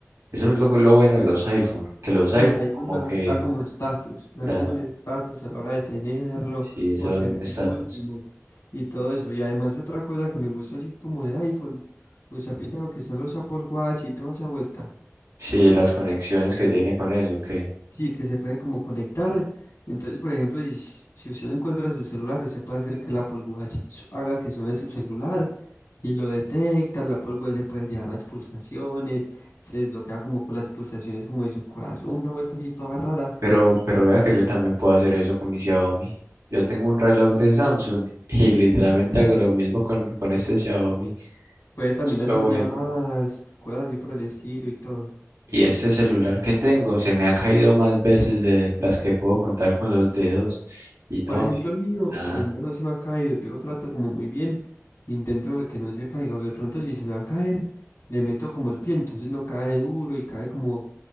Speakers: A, on the right; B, on the left.
A: eso es lo, lo bueno de los iPhone, que los iPhone
B: Y el iPhone
A: como
B: da,
A: que
B: da como estatus, da
A: dan
B: como un estatus a la hora de tenerlo
A: Sí, eso
B: o tener
A: es un estatus.
B: el último y todo eso. Y además otra cosa que me gusta así como de iPhone, pues ha pillado que están los Apple Watch y toda esa vuelta.
A: Sí, las conexiones que tiene con eso, que.
B: Sí, que se puede como conectar. Entonces, por ejemplo, si, s- si usted no encuentra su celular, usted puede hacer que el Apple Watch su- haga que suene su celular y lo detecta. El Apple Watch le puede llevar las pulsaciones, se desbloquea como con las pulsaciones como de su corazón, una vuelta así toda rara.
A: Pero, pero vea que yo también puedo hacer eso con mi Xiaomi. Yo tengo un reloj de Samsung <laughs> y literalmente hago lo mismo con, con este Xiaomi.
B: Puede también
A: Eso es
B: hacer
A: lo bueno.
B: llamadas, cosas así por el estilo y todo.
A: Y este celular que tengo se me ha caído más veces de las que puedo contar con los dedos. Y no,
B: Por ejemplo,
A: y
B: el mío,
A: nada.
B: el mío no se me ha caído, yo lo trato como muy bien, intento de que no se caiga, o de pronto si se me va a caer, le meto como el pie, entonces no cae duro y cae como